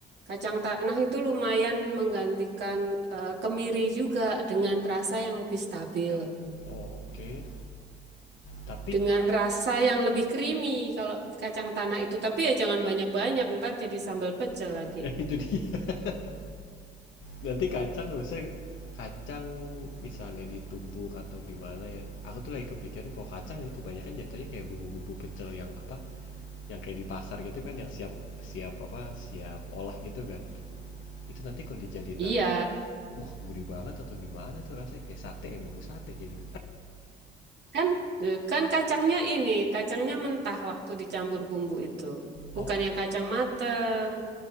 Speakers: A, on the right; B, on the left.
A: Kacang tanah itu lumayan menggantikan eh, kemiri juga dengan rasa yang lebih stabil,
B: Oh, oke. Tapi
A: dengan rasa yang lebih creamy kalau kacang tanah itu. Tapi ya jangan banyak-banyak, ntar jadi sambal pecel
B: <laughs>
A: lagi.
B: ya itu dia. <laughs> Nanti kacang maksudnya kacang misalnya ditumbuk atau gimana ya. Aku tuh lagi kepikiran kalau kacang ini kebanyakan jatuhnya kayak bubu-bubu pecel yang apa? Yang kayak di pasar gitu kan yang siap siap apa? Siap olah gitu kan. Itu nanti kalau dijadiin
A: Iya,
B: nasi, wah gurih banget atau gimana tuh rasanya kayak sate, ya, sate jadi.
A: kan eh, kan kacangnya ini, kacangnya mentah waktu dicampur bumbu itu,
B: Oh,
A: bukan yang kacang mateng.